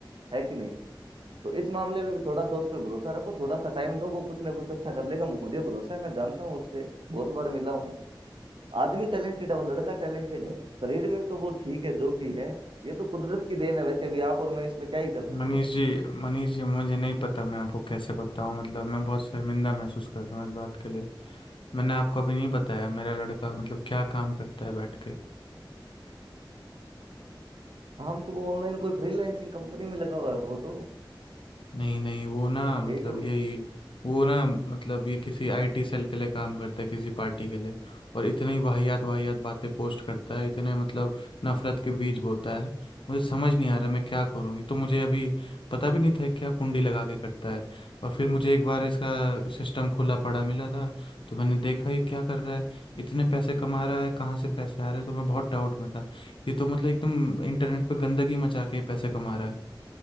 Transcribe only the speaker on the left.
मनीष
जी मनीष जी मुझे नहीं पता मैं आपको कैसे बताऊं मतलब मैं बहुत शर्मिंदा महसूस कर रहा हूँ इस बात के लिए मैंने आपको अभी नहीं बताया मेरा लड़का मतलब क्या काम करता है बैठ के
नहीं नहीं वो ना मतलब
यही वो ना मतलब ये किसी आईटी सेल के लिए काम करता है किसी पार्टी के लिए और इतनी वाहियात वाहियात बातें पोस्ट करता है इतने मतलब नफरत के बीज बोता है मुझे समझ नहीं आ रहा मैं क्या करूं ये तो मुझे अभी पता भी नहीं था क्या कुंडी लगा के करता है और फिर मुझे एक बार इसका सिस्टम खुला पड़ा मिला था तो मैंने देखा ये क्या कर रहा है इतने पैसे कमा रहा है कहाँ से पैसे आ रहे हैं तो मैं बहुत डाउट में था ये तो मतलब एकदम इंटरनेट पे गंदगी मचा के पैसे कमा रहा है